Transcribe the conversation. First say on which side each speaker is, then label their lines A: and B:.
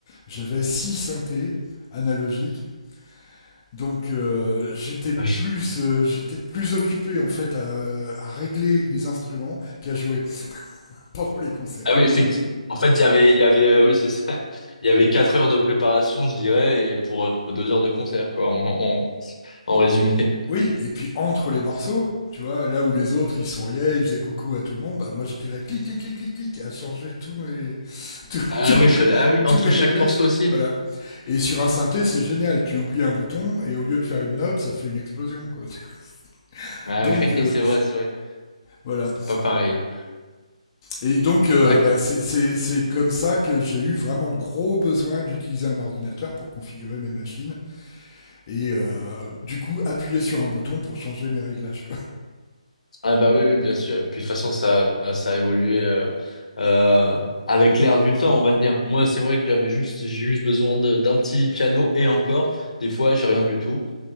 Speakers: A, on the left (about 30°); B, on the left (about 70°).
A: j'avais 6 synthés analogiques. Donc euh, j'étais plus
B: vache.
A: euh, j'étais plus occupé en fait à, à régler les instruments qu'à jouer <laughs> pendant les concerts.
B: Ah oui, effectivement. En fait, il y avait, il y avait, euh, oui, c'est ça. <laughs> Il y avait quatre heures de préparation, je dirais, et pour euh, deux heures de concert, quoi, en, en, en résumé.
A: Oui, et puis entre les morceaux, tu vois, là où les autres ils souriaient, ils faisaient coucou à tout le monde, bah moi j'étais là clic clic clic clic clic à changer tous mes <laughs> tous,
B: Ah
A: tous-
B: oui, fallait, ah oui,
A: tous
B: entre
A: mes réglages,
B: chaque morceau aussi.
A: voilà. Et sur un synthé, c'est génial, tu oublies un bouton et au lieu de faire une note, ça fait une explosion quoi. <laughs>
B: Ah
A: Donc
B: oui,
A: euh,
B: <laughs> c'est vrai, c'est vrai.
A: voilà.
B: C'est pas pareil.
A: Et donc euh,
B: D'accord.
A: bah, c'est c'est c'est comme ça que j'ai eu vraiment le gros besoin d'utiliser un ordinateur pour configurer mes machines et euh, du coup appuyer sur un bouton pour changer mes réglages
B: Ah bah oui, oui, bien sûr. Et puis de toute façon, ça, ça a évolué euh, euh, avec l'air du temps, on va dire. Moi, c'est vrai que j'avais juste, j'ai juste besoin de- d'un petit piano et encore, des fois, j'ai rien du tout.